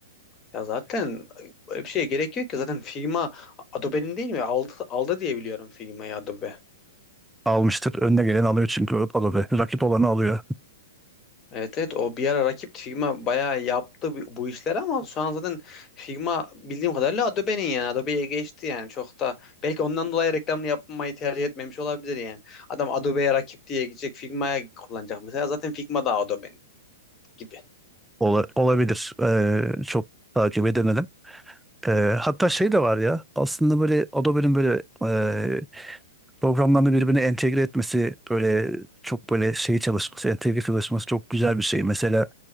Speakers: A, on the left; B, in the centre.
A: Ya zaten böyle bir şeye gerek yok ki. Zaten Figma Adobe'nin değil mi? Aldı, aldı diye biliyorum Figma'yı Adobe.
B: almıştır. Önüne gelen alıyor çünkü Adobe. Rakip olanı alıyor.
A: Evet evet o bir ara rakip Figma bayağı yaptı bu bu işleri ama şu an zaten Figma bildiğim kadarıyla Adobe'nin yani Adobe'ye geçti yani çok da belki ondan dolayı reklamını yapmayı tercih etmemiş olabilir yani. Adam Adobe'ye rakip diye gidecek Figma'ya kullanacak mesela zaten Figma da Adobe'nin gibi.
B: Ola- olabilir. Ee, çok takip edemedim. Ee, hatta şey de var ya aslında böyle Adobe'nin böyle e, programlarını birbirine entegre etmesi böyle çok böyle şey çalışması entegre çalışması çok güzel bir şey. Mesela